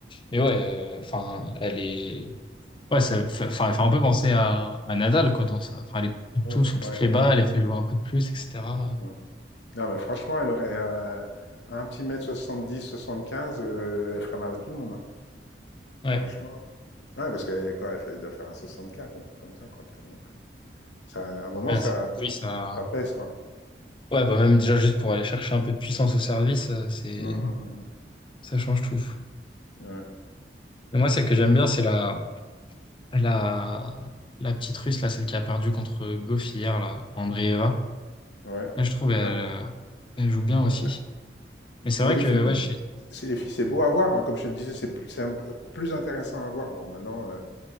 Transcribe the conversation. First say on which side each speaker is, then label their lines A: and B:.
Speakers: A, on the left; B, on the left.
A: Mais ouais, enfin, elle est. Ouais, ça fait, enfin elle fait un peu penser à, à Nadal, quoi, dans ça. Enfin, elle est
B: Oh,
A: tout sur toutes
B: Ouais.
A: les balles, elle fait jouer un coup de plus, etc.
B: mm. Non, mais franchement, elle aurait euh, un petit mètre 70, 75, euh, elle ferait mal à tout le monde. hein.
A: Ouais.
B: Franchement. Ouais, parce qu'elle est- quoi, elle fait- elle doit faire un 64 un truc comme ça, quoi. tu vois. Donc, euh, ça, à un moment,
A: Ouais,
B: ça,
A: c'est- oui, ça.
B: ça pèse, quoi.
A: Ouais, bah même déjà juste pour aller chercher un peu de puissance au service, euh, c'est
B: Mm, mm,
A: ça change tout.
B: mm, mm. Ouais.
A: Mais moi, celle que j'aime bien, c'est la la la petite Russe, là, celle qui a perdu contre Goff hier, là, Andreeva.
B: Ouais.
A: Là, je trouve elle,
B: Ouais.
A: euh, elle joue bien
B: Ouais.
A: aussi. Mais c'est
B: Mais
A: vrai
B: les
A: que
B: filles,
A: ouais, je... sais-
B: c'est les filles, c'est beau à voir, hein, comme je te disais, c'est plus, c'est un peu plus intéressant à voir. Bon, maintenant, euh,